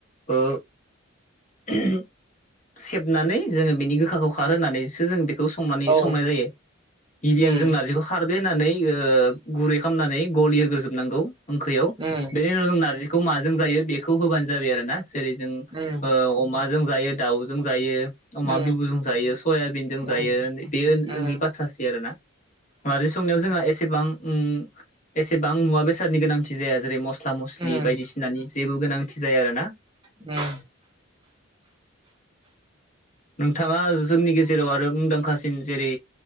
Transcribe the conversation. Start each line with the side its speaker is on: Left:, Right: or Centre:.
Left: ओ <unintelligible> सेबनानै जोङो बेनि गोख खाखौ खारहोनानैसो जों बे खौ संनानै
Right: औ
Left: संनाय जायो गिबियाव
Right: उम
Left: जों नारजिखो खार बेननानै ओ गुरै खामनानै गलिहोग्रोजोबनांगौ ओंख्रैयाव
Right: उम
Left: बेनि उनाव जों नारजि खौ माजों जायो बेखौ होबानो जाबाय आरो ना जेरै जों ओ
Right: उम
Left: अमा जों जायो दाउजों जायो अमा
Right: उम
Left: बिबुजों जायो सयाबिनजों
Right: उम
Left: जायो बे नो-नो-नोंनि
Right: उम
Left: बाथ्रासै आरोना नारजि संनायाव जोंहा एसेबां उम एसेबां मुवा बेसादनि गोनांथि जाया जेरै मस मस्ला मस्लि
Right: उम
Left: बायदिसिनानि जेबो गोनांथि जाया रो
Right: उम
Left: नोंथाङा जोंनि गेजेराव आरो मुंदांखासिन जेरै